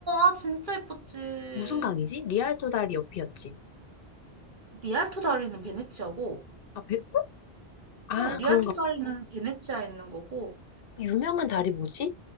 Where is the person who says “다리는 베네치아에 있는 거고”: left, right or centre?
Right